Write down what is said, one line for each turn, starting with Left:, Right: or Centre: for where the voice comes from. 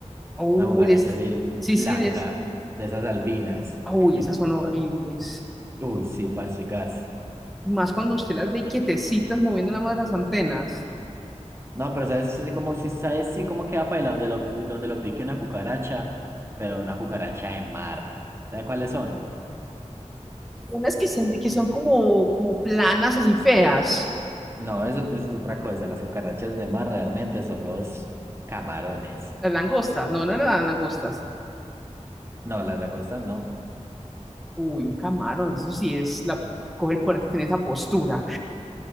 Centre: Uy,
Right: Una cucaracha
Centre: ese es-
Right: así
Centre: sí,
Right: blanca,
Centre: sí, es,
Right: de esas albinas.
Centre: uy,
Right: <laughs>
Centre: esas son horribles.
Right: Uy, sí, parce gas.
Centre: Más cuando usted las ve quietecitas, moviendo nada más las antenas.
Right: No, pero sabes así como si sabes sí cómo queda para donde lo, donde lo pique una cucaracha, pero una cucaracha de mar. ¿Sabes cuáles son?
Centre: Unas que, se- que son como, como planas, así feas.
Right: No, eso, eso es otra cosa. Las cucarachas de mar realmente son los camarones.
Centre: Las langostas, no, no eran las langostas.
Right: No, las langostas no.
Centre: Uy, un camarón, eso sí es la. Coge el puerto, tiene esa postura.